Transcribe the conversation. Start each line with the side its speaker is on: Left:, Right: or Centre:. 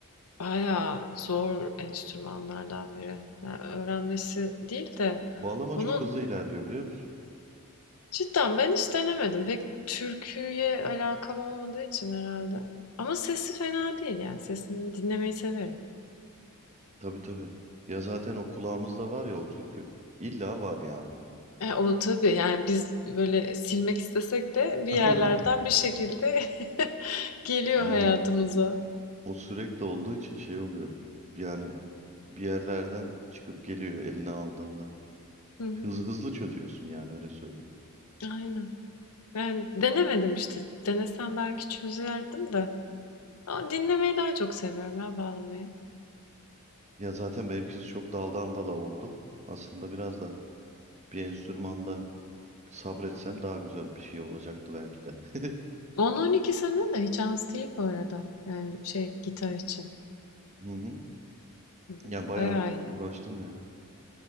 Left: bayağı zor enstrümanlardan biri. Yani öğrenmesi değil de
Right: Bağlama
Left: onun
Right: çok hızlı ilerliyor biliyor musun?
Left: cidden ben hiç denemedim. Pek türküye alakam olmadığı için herhalde. Ama sesi fena değil yani sesini dinlemeyi severim.
Right: Tabii tabii. Ya zaten o kulağımızda var ya o türkü. İlla var yani.
Left: E, o tabii yani biz böyle silmek istesek de bir
Right: <laughs>
Left: yerlerden bir şekilde <laughs> geliyor
Right: Aynen.
Left: hayatımıza.
Right: O sürekli olduğu için şey oluyor. Yani bir yerlerden çıkıp geliyor eline aldığında.
Left: Hı hı.
Right: Hızlı hızlı çözüyorsun yani öyle söyleyeyim.
Left: Aynen. Ben denemedim işte. Denesem belki çözerdim de. Ama dinlemeyi daha çok seviyorum ya bağlamayı.
Right: Ya zaten benimkisi çok daldan dala oldu. Aslında biraz da bir enstrümanda sabretsem daha güzel bir şey olacaktı belki de. <laughs>
Left: 10-12 sene de hiç az değil bu arada. Yani şey gitar için.
Right: Hı hı.
Left: Hı,
Right: Ya bayağı
Left: Bayağı
Right: uğraştım
Left: iyi.
Right: ya.